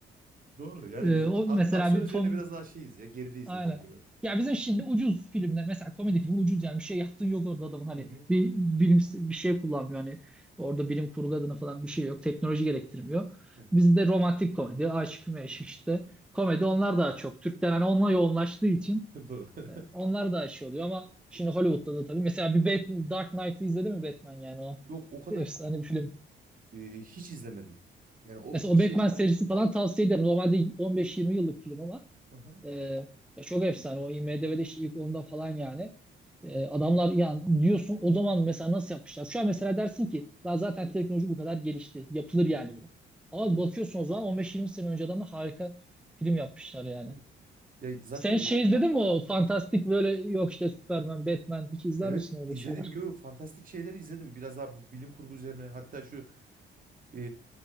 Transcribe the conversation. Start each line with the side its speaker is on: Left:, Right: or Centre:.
Right: Doğru yani
Centre: e,
Right: biz
Centre: o
Right: ak-
Centre: mesela
Right: aksiyon
Centre: bir
Right: üzerine
Centre: Tom
Right: biraz daha şeyiz ya gerideyiz
Centre: aynen.
Right: dediğin gibi.
Centre: Ya bizim şimdi ucuz filmler mesela komedi filmi ucuz yani bir şey yaptığın yok orada adamın hani
Right: Hı hı.
Centre: bir bilim bir şey kullanmıyor hani orada bilim kurgu adına falan bir şey yok teknoloji gerektirmiyor.
Right: Hı hı.
Centre: Bizde romantik komedi, aşk meşk işte komedi onlar daha çok. Türkler hani onunla yoğunlaştığı için
Right: <laughs> Doğru. <laughs>
Centre: e, Onlar da şey oluyor ama şimdi Hollywood'da da tabii. Mesela bir Bat- Dark Knight'ı izledin mi Batman yani o
Right: Yok o kadar
Centre: efsane bir film.
Right: e, hiç izlemedim. Yani o
Centre: Mesela o
Right: şey...
Centre: Batman serisi falan tavsiye ederim. Normalde 15-20 yıllık film ama
Right: Aha.
Centre: e, ya çok efsane. O IMDb'de işte ilk onda falan yani. E, adamlar yani diyorsun o zaman mesela nasıl yapmışlar? Şu an mesela dersin ki "Lan zaten teknoloji bu kadar gelişti. Yapılır
Right: Hı hı.
Centre: yani bu. Ama
Right: Evet.
Centre: bakıyorsun o zaman 15-20 sene önce adamlar harika film yapmışlar yani.
Right: Evet. Ya zaten
Centre: Sen şey
Right: e,
Centre: izledin mi o fantastik böyle yok işte Superman, Batman hiç izler
Right: evet
Centre: misin öyle
Right: izledim.
Centre: şeyler?
Right: Yo, yo, fantastik şeyleri izledim. Biraz daha bu bilim kurgu üzerine. Hatta şu e,